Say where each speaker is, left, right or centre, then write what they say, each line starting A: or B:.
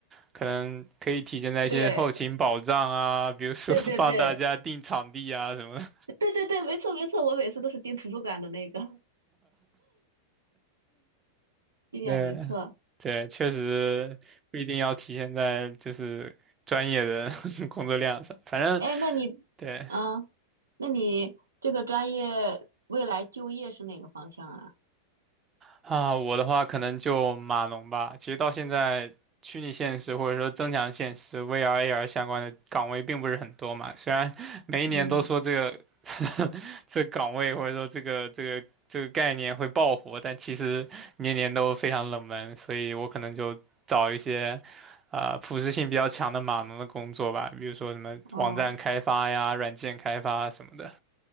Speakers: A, on the right; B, on the right.
A: 可能可以体现在一些后勤保障啊，
B: 对，
A: 比如说
B: 对对对，
A: <laughs> 帮大家订场地啊什么的。
B: 对对对，没错没错，我每次都是盯图书馆的那个，<laughs> 一点没错。
A: 对，对，确实不一定要体现在就是专业的 <laughs> 工作量上，反正
B: 哎，那你，
A: 对。
B: 嗯，那你这个专业未来就业是哪个方向啊？
A: 啊，我的话可能就码农吧。其实到现在，虚拟现实或者说增强现实 VR、AR 相关的岗位并不是很多嘛。虽然每一年都说这个
B: 嗯，
A: <laughs> 这个岗位或者说这个这个这个概念会爆火，但其实年年都非常冷门。所以我可能就找一些啊、普适性比较强的码农的工作吧，比如说什么网站开发呀、
B: 哦，
A: 软件开发什么的。